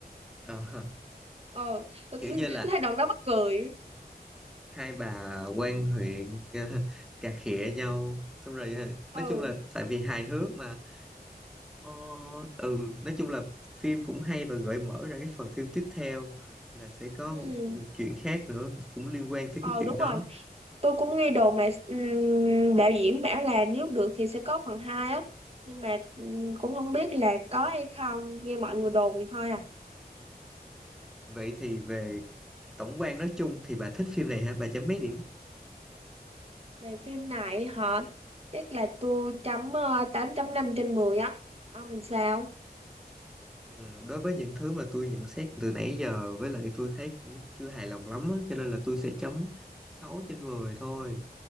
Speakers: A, in the centre; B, on the right.
A: Ờ, <laughs>
B: ờ tôi, <laughs>
A: kiểu như là
B: tôi thấy đoạn đó mắc cười
A: hai bà quan huyện <laughs> cà khịa nhau xong rồi ờ,
B: ừ
A: nói chung là tại vì hài hước mà ờ, ừ nói chung là phim cũng hay và gợi mở ra cái phần phim tiếp theo là sẽ có
B: ừ
A: một chuyện khác nữa cũng liên quan tới
B: ờ
A: cái chuyện
B: đúng
A: đó
B: rồi tôi cũng nghe đồn là ừm, đạo diễn bảo là nếu được thì sẽ có phần hai á nhưng mà ừm, cũng không biết là có hay không nghe mọi người đồn thì thôi à
A: vậy thì về tổng quan nói chung thì bà thích phim này hả bà chấm mấy điểm
B: Về phim này hả? Chắc là tôi chấm uh, tám chấm năm trên 10 á. Ông làm sao?
A: ừ, đối với những thứ mà tôi nhận xét từ nãy giờ với lại tôi thấy cũng chưa hài lòng lắm á, cho nên là tôi sẽ chấm 6 trên 10 thôi